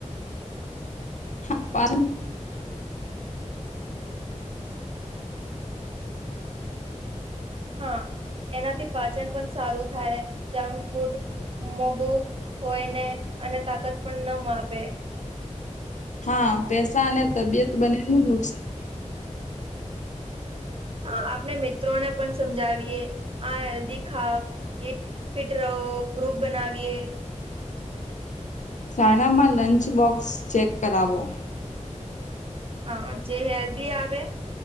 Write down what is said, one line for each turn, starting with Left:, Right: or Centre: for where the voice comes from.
Left: હા પાલન.
Right: હા એનાથી પાચન પણ સારું થાય જંક ફ્રૂટ મોગું હોય ને અને તાકાત પણ ન માપે.
Left: હા પેસા
Right: હા,
Left: અને તબિયત બને નું નુકસાન.
Right: હ આપને મિત્રોને પણ સમજાવીએ આ હેલ્ધી ખાવ ફિટ રહો ગ્રુપ બનાવીએ.
Left: શાણામાં લંચ બોક્સ ચેક કરાવો.
Right: હા જે હેલ્ધી આવે